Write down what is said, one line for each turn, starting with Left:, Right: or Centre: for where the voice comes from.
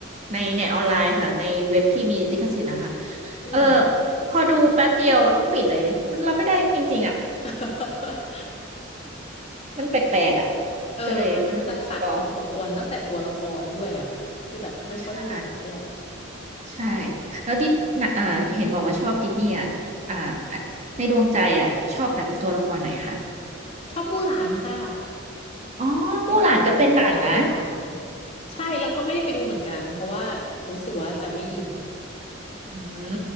Right: ในเน็ตออนไลน์ค่ะในเว็บที่มีลิขสิทธิ์นะคะ
Left: อืม
Right: เออพอดูแป๊บเดียวต้องปิดเลยมันรับไม่ได้จริงๆอ่ะ
Left: <laughs>
Right: มันแปลกๆอ่ะ
Left: เออมันน่าจะขัดสมควรตั้งแต่ตัวละครด้วยอะค่ะที่แบบไม่ค่อยเหมือนเท่าไหร่
Right: ก็เลยไม่ได้ต่อใช่ใช่แล้วดิสน่ะอ่าเห็นบอกว่าชอบดิสนีย์อ่ะอ่าอ่ะในดวงใจอ่ะชอบแบบตัวละครไหนคะ
Left: ชอบมู่หลานค่ะ
Right: อ๋อมู่หลานก็เป็นหนังนะ
Left: เป็นคนที่ใจมู่หลาน ใช่แล้วก็ไม่ได้ไปดูเหมือนกันเพราะว่ารู้สึกว่าจะไม่อิน
Right: อืม